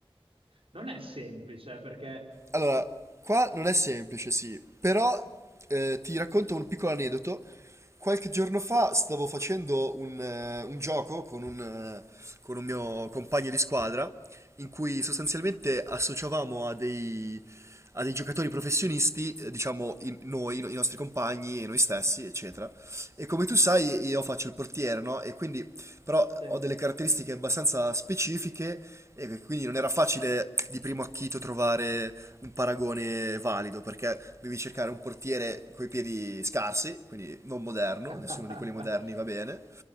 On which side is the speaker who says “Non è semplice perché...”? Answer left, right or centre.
Right